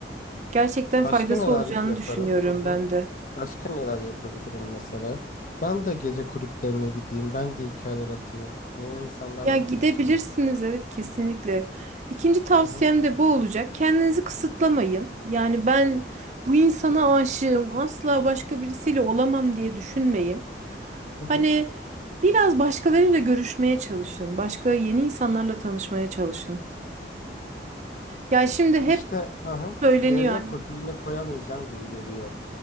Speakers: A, on the right; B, on the left.
A: Gerçekten
B: Başka
A: faydası
B: neler
A: olacağını
B: yaparım?
A: düşünüyorum
B: Hı hı.
A: ben de.
B: Başka neler yapabilirim mesela? Ben de gece kulüplerine gideyim. Ben de hikayeler atayım. Yeni insanlarla
A: Ya gidebilirsiniz
B: tanışayım.
A: evet kesinlikle. İkinci tavsiyem
B: Hı hı.
A: de bu olacak. Kendinizi kısıtlamayın. Yani ben bu insana aşığım, asla başka birisiyle olamam diye düşünmeyin.
B: Hı
A: Hani
B: hı.
A: biraz başkalarıyla görüşmeye çalışın. Başka yeni insanlarla tanışmaya çalışın. Ya şimdi
B: İşte
A: hep
B: hı hı.
A: söyleniyor
B: Yerine
A: hani
B: koy, birine koyamayacağım gibi geliyor.